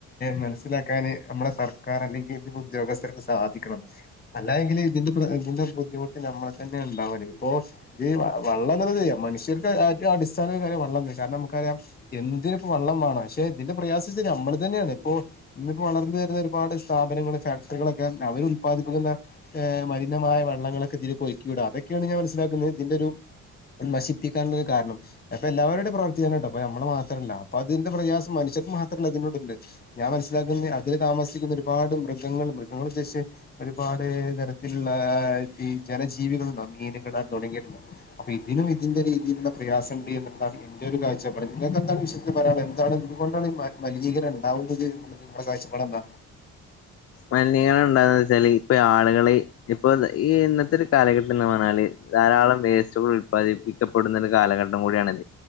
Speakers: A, on the left; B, on the left.
A: മനസ്സിലാക്കാന് നമ്മുടെ സർക്കാർ അല്ലെങ്കിൽ ഇ ഉദ്യോഗസ്ഥർക്ക് സാധിക്കണം അല്ലായെങ്കിൽ ഇതിന്റെ ഇതിന്റെ ബുദ്ധിമുട്ട് നമ്മളെ തന്നെ ഉണ്ടാവല്ലോ ഇപ്പൊ ഇത് വള്ളം മനുഷ്യർക്ക് ഏറ്റ അടിസ്ഥാന കാര്യം വെള്ള കാരണം നമക്കറിയാം എന്തിന ഇപ്പ വള്ളം വേണം പക്ഷെ ഇതിന്റെ പ്രയാസം നമ്മൾ തന്നെയാണ് ഇപ്പൊ ഇന്നിപ്പോ വളർന്ന വരുന്ന ഒരുപാട് സ്ഥാപനങ്ങൾ ഫാക്ടറികളൊക്കെ അവര് ഉല്പാദിപ്പിക്കുന്ന ഏ് മിനമായ വള്ളങ്ങളൊക്കെ ഇതിൽഴക്കി വിടുക അതൊക്കെയാണ് ഞാൻ മനസിലാക്കുന്നത് ഇതിന്റെ ഒരു നശിപ്പിക്കാനുള്ളത് കാരണം അപ്പൊ എല്ലാവരുടെ പ്രവർത്തിക്കാനാട്ടോ അപ്പൊ നമ്മള് മാത്രല്ല അപ്പ അതിന്റെ പ്രയാസം മനുഷർക്ക് മാത്രല്ല അതിനോട്ണ്ട് ഞാൻ മനസ്സിലാക്കുന്ന അതില് താമസിക്കുന്ന ഒരുപാട് മൃഗങ്ങൾ മൃഗങ്ങള ഉദ്ദേശച്ച് ഒരുപാട് തരത്തിലുള്ള ഈ ജനജീവികളുണ്ടോ മീനുകളാ തുടങ്ങിയ ഇതിനും ഇതിന്റെ രീതിയിലുള്ള പ്രയാസം ഉണ്ട് എന്നണ് എന്റെ ഒരു കാഴ്ച നിങ്ങൾക്ക് എന്താണ് വിശയത്തിൽ എന്താണ് എന്തുകൊണ്ടാണ് മലിനീകരണം ഉണ്ടാവുന്നത് ങ്ങളെ കാഴ്ചപാടെന്താ
B: മലിനീകണ ഉണ്ടാന്ന് വെച്ചാല് ഇപ്പൊ ആള്കള് ഇപ്പൊ ഈ ഇന്നത്തെ ഒരു കാലഘട്ടം എന്ന് പറഞ്ഞാല് ധാരാളം വേസ്റ്റുകൾ ഉല്പാദിപ്പിക്കപ്പെടുന്ന ഒരു കാലഘട്ടം കട